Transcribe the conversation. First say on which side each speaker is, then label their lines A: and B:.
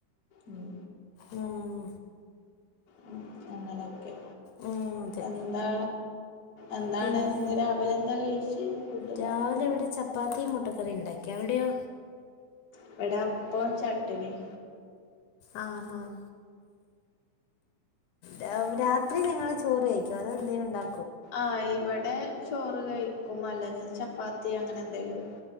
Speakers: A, on the left; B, on the left.
A: ഉം
B: ഉം,
A: ഉം അങ്ങനൊക്കെ
B: ഉം, അതെ
A: എന്താ എന്താണ്
B: പിന്നെ
A: ഇന്ന് രാവിലെ എന്താ കഴിച്ചു ഫുഡും
B: രാവിലെ
A: കാര്യങ്ങളും
B: ഇവിടെ ചപ്പാത്തിയും മുട്ടക്കറി ഇണ്ടാക്കി അവിടെയോ
A: ഇവിടെ അപ്പവും ചട്നിയും
B: ആഹ് ആഹ് രാ രാത്രി നിങ്ങള് ചോറ് കഴിക്കുവോ അതോ എന്തേലും ഉണ്ടാ
A: ആ ഇവിടെ ചോറ് കഴിക്കും അല്ലെങ്കിൽ ചപ്പാത്തി അങ്ങനെ എന്തേലും